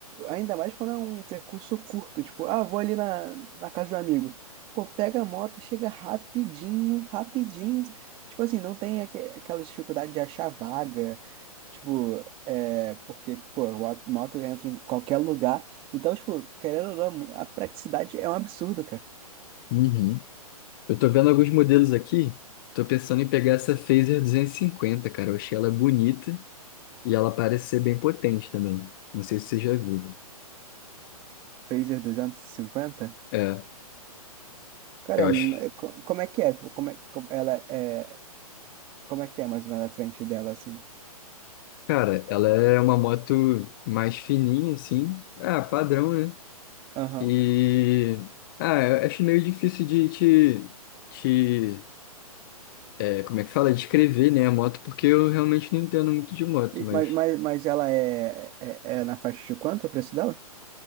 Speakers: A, on the right (about 25°); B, on the left (about 35°).
A: ainda mais quando é um percurso curto, tipo, ah, vou ali na, na casa de um amigo. Pô, pega a moto, chega rapidinho, rapidinho. Tipo assim, não tem aque- aquela dificuldade de achar vaga. Tipo, é, porque, pô, a moto entra em qualquer lugar. Então, tipo, querendo ou não, a praticidade é um absurdo, cara.
B: Uhum. Eu tô vendo alguns modelos aqui, tô pensando em pegar essa Fazer 250, cara. Eu achei ela bonita e ela parece ser bem potente também. Não sei se você já viu.
A: Pacer 250?
B: É,
A: Cara,
B: eu acho.
A: n- co- como é que é? Como é, como ela é, como é que é mais ou menos a frente dela, assim?
B: Cara, ela é uma moto mais fininha, assim. Ah, padrão, né?
A: Aham.
B: E. Ah, eu acho meio difícil de te. te é, como é que fala? Descrever, né, a moto, porque eu realmente não entendo muito de moto,
A: E-
B: mas
A: Mas, mas, mas ela é, é, é na faixa de quanto o preço dela?